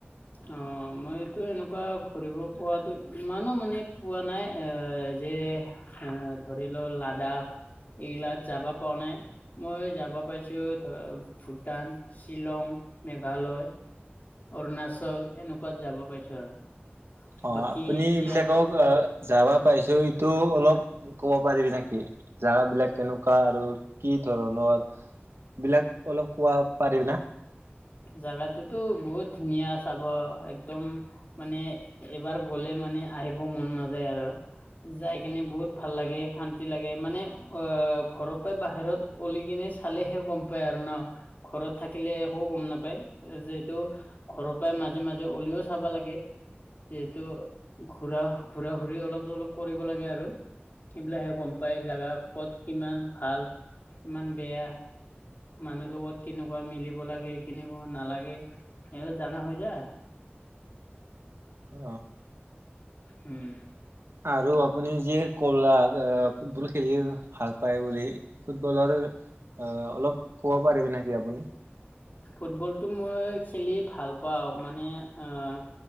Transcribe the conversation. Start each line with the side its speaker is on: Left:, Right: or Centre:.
Left: অ, মই এইটো এনেকুৱা ঘুৰিব পোৱাতো ইমানো মানে পোৱা নাই এ যে এ ধৰি লও লাডাখ এইগিলাত যাবা পো নাই। মই যাব পাইছোঁ ধৰ ভূটান, শ্বিলং, মেঘালয় অৰুণাচল এনেকুৱাত যাব পাইছো
Right: অ,
Left: বাকী
Right: আপুনি
Left: এতিয়া
Right: এইবিলাকক
Left: বৰ্ত
Right: অ, যাবা পাইছো এইটো অলপ ক'ব পাৰিবি নেকি জোগা বিলাক কেনেকুৱা আৰু কি ধৰণৰ? বিলাক অলপ কোৱা পাৰিবি না?
Left: জাগাটোতো বহুত ধুনীয়া চাব একদম মানে এবাৰ গ'লে মানে আহিব মন নাযায় আৰু। যাই কেনে বহুত ভাল লাগে শান ন্তি লাগে মানে অ, ঘৰৰ পৰা বাহিৰত অলি কিনে চালেহে গম পায় আৰু ন? ঘৰত থাকিলে একো গম নাপায় যিহেতু ঘৰৰ পৰাই মাজে -মাজে অলিও চাবা লাগে। যিহেতু ঘূৰা -ঘূৰা -ঘূৰি অলপ চলপ কৰিব লাগে আৰু। এইবিলাকহে গম পায় জাগা কত কিমান ভাল কিমান বেয়া। মানুহ লগত কেনু কোৱা মিলিব লাগে কেনেকুৱা নালাগে সেইটো জানা হৈ যায়
Right: অ',
Left: উম,
Right: আৰু আপুনি যিয়ে কলাক ফুটবল খেলি ভাল পায় বুলি ফুটবলৰ অ, অলপ কবা পাৰিবি নেকি আপুনি?
Left: ফুটবলটো মই খেলি ভাল পাওঁ মানে অহ